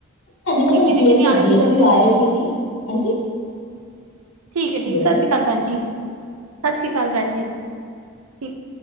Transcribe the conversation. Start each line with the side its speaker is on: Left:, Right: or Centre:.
Left: ਹਾਂਜੀ, ਮੈਂ
Right: ਨਿੱਕੇ
Left: ਤੁਹਾਨੂੰ
Right: ਨਿੱਕੇ
Left: ਫੇਰ
Right: ਨਿਆਣੇ
Left: ਕਰਦੀ
Right: ਵੀ ਕਰਦੇ
Left: ਕੋਈ
Right: ਨੇ
Left: ਆਏ ਨੀ ਜੀ। ਹਾਂਜੀ।
Right: ਠੀਕ ਹੈ ਠੀਕ
Left: ਹੈਲੋ
Right: ਹੈ ਸਤਿ ਸ਼੍ਰੀ ਅਕਾਲ ਭੈਣ ਜੀ। ਸਤਿ ਸ਼੍ਰੀ ਅਕਾਲ ਭੈਣ ਜੀ ਠੀਕ।